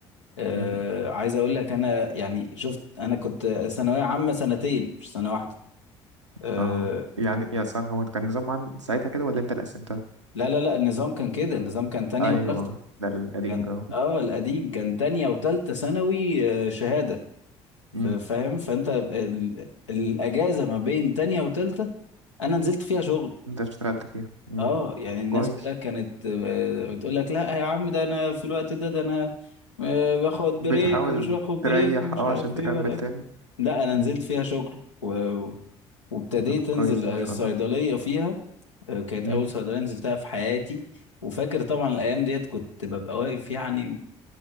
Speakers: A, on the left (about 80°); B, on the right (about 80°).
A: آه
B: مم.
A: عايز اقول لك انا يعني شفت انا كنت ثانويه عامه سنتين مش سنه واحده آه
B: اه يعني يا سان هو كان نظام عن ساعتها كده ولا انت اللي قسمتها
A: لا لا لا النظام كان كده النظام كان تانية
B: ايوه
A: وتالتة
B: ده القديم
A: كان
B: ده
A: اه القديم كان تانية وتالتة ثانوي آه، شهادة
B: مم.
A: ف- فاهم فانت ال... الاجازة ما بين تانية وتالتة انا نزلت فيها شغل
B: انت اشتغلت فيها مم.
A: اه يعني الناس
B: كويس
A: كلها كانت آه، بتقول لك لا يا عم ده انا في الوقت ده ده انا آه، باخد
B: بتحاول
A: بريك ومش باخد بريك
B: تريح
A: ومش
B: اه
A: عارف
B: عشان تكمل
A: ايه ورا ايه
B: تاني
A: لا انا نزلت
B: مم.
A: فيها شغل و... وابتديت
B: طب كويس
A: انزل
B: ده
A: الصيدلية
B: ما شاء الله
A: فيها آه، كانت
B: مم.
A: اول صيدلية نزلتها في حياتي وفاكر طبعا الايام ديت كنت ببقى واقف يعني